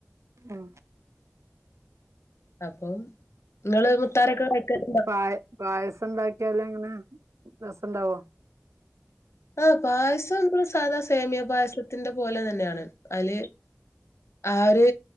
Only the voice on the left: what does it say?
അപ്പം നിങ്ങള് മുത്താാരൊക്കെ കഴിക്ക
ആഹ് പായസം നമ്മള് സാധാ സേമിയ പായസത്തിന്റെ പോലെ തന്നെയാണ് അല് ആഹ് ഒരു